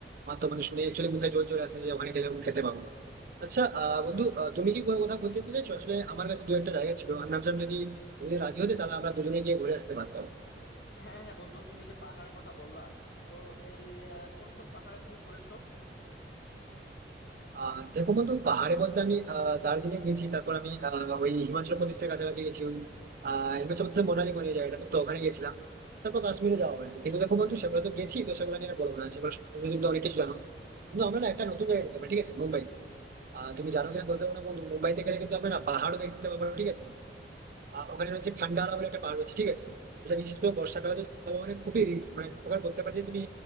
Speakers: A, on the right (about 50°); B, on the left (about 75°).
A: আমার তো মানে শুনে একচুয়ালি মুখে জল চলে আসে যে ওখানে গেলে এরকম খেতে পাবো আচ্ছা আহ বন্ধু আহ, তুমি কি কোথাও কোথাও ঘুরতে যেতে চাইছো আসলে আমার কাছে দু একটা জায়গা ছিল আমি ভাবছিলাম যদি তুমি রাজি হতে তাহলে আমরা দুজনে গিয়ে ঘুরে আসতে পারতাম
B: হ্যাঁ হ্যাঁ বন্ধু তুমি যে পাহাড়ের কথা বললা তো এই আহ, কোন কোন পাহাড়ে তুমি ঘুরেছো
A: আহ দেখো বন্ধু পাহাড়ে বলতে আমি আহ দার্জিলিং গেছি তারপর আমি আহ ওই হিমাচল প্রদেশের কাছাকাছি গেছি ওই আহ হিমাচল প্রদেশের মোনালি বলে জায়গাটা তো ওখানে গেছিলাম তারপর কাশ্মীরে যাওয়া হয়েছে কিন্তু দেখো বন্ধু সেগুলো তো গেছি তো সেগুলো নিয়ে আর বলবো না সেগুলো তুমি কিন্তু অনেক কিছু জানো কিন্তু আমরা না একটা নতুন জায়গায় যেতে পারি ঠিক আছে মুম্বাই আহ তুমি জানো কিনা বলতে পারো না বন্ধু মুম্বাইতে গেলে কিন্তু আমরা না পাহাড়ও দেখতে পাবো ঠিক আছে আহ, ওখানে রয়েছে ফান্ডালা বলে একটা পাহাড় রয়েছে ঠিক আছে এটা বিশেষ করে বর্ষাকালে তো যাওয়া মানে খুবই রিস্ক মানে ওখানে বলতে পারি যে তুমি